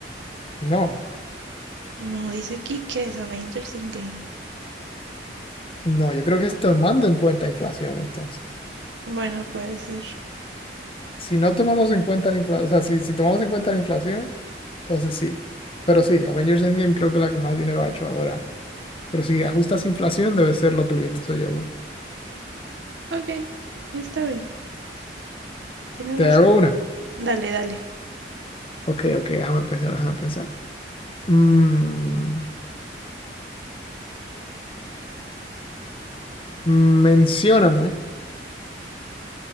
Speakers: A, on the left (about 30°); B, on the right (about 80°).
A: No,
B: no, dice aquí que es Avengers Endgame.
A: no, yo creo que es tomando en cuenta inflación entonces.
B: Bueno, puede ser.
A: Si no tomamos en cuenta la inflación, o sea, si, si tomamos en cuenta la inflación, entonces sí. Pero sí, Avengers Endgame creo que es la que más dinero ha hecho ahora. Pero si ajustas inflación, debe ser lo que el viento se llevó.
B: Ok, está bien. ¿Tienes
A: Te
B: más?
A: hago una.
B: Dale, dale.
A: Ok, ok, déjame pensar, déjame pensar. Mm, mencióname